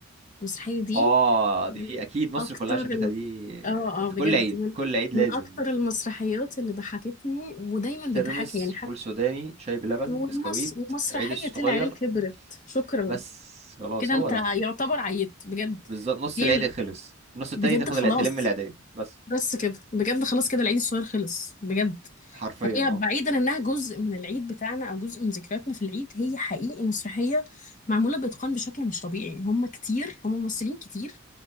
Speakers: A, on the left; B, on the right.
A: المسرحيه دي
B: اه
A: من
B: دي اكيد مصر
A: اكتر
B: كلها شافتها دي
A: اه
B: في
A: اه بجد
B: كل عيد
A: من
B: كل عيد لازم
A: من اكتر
B: دي
A: المسرحيات اللي ضحكتني ودايما بتضحكني
B: ترمس
A: يعني حتى
B: فول سوداني شاي بلبن
A: والمس...
B: بسكويت
A: ومسرحية
B: عيد الصغير
A: العيال كبرت شكرا
B: بس خلاص
A: كده انت
B: هو ده
A: يعتبر عيت بجد
B: بالظبط نص
A: هي
B: العيد
A: ال-
B: خلص النص التاني
A: بجد
B: تاخد
A: خلاص
B: الع- تلم العيدية بس
A: بس كده بجد خلاص كده العيد الصغير خلص بجد
B: حرفيا
A: فهي
B: اه
A: بعيدا انها جزء من العيد بتاعنا او جزء من ذكرياتنا في العيد هي حقيقي مسرحية معمولة بإتقان بشكل مش طبيعي هم كتير هم ممثلين كتير